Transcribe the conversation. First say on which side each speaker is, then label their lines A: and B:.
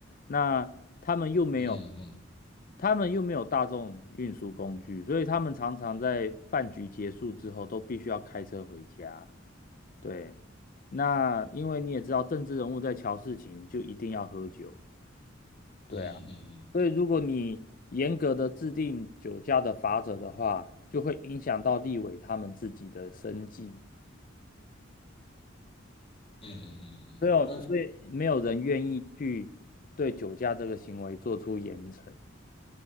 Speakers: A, on the left (about 45°); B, on the left (about 30°).
A: 那他们又没有，
B: 嗯嗯
A: 他们又没有大众运输工具，所以他们常常在饭局结束之后都必须要开车回家。对，那因为你也知道，政治人物在瞧事情就一定要喝酒，对啊，
B: 嗯嗯
A: 所以如果你严格的制定酒驾的罚则的话，就会影响到立委他们自己的生计，
B: 嗯嗯嗯，嗯但是
A: 所以有所以没有人愿意去对酒驾这个行为做出严惩，